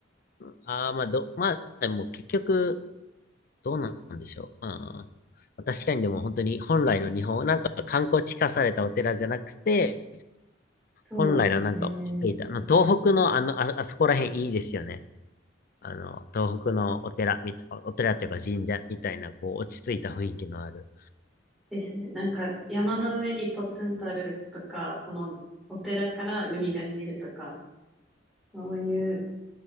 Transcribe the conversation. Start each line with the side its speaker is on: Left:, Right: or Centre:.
Left: あ、あーまあど、まあ、でも結局どうなんでしょう。うんまあ、確かにでも本当に本来の日本、なんか観光地化されたお寺じゃなくて、
Centre: そうですね。
Left: 本来のなんか、あの東北のあの、あ、あそこら辺いいですよね。あの、東北のお寺みた、お寺というか神社みたいな、こう、落ち着いた雰囲気のある。
Centre: ですね。なんか山の上にポツンとあるとか、そのお寺から海が見えるとか、そういう、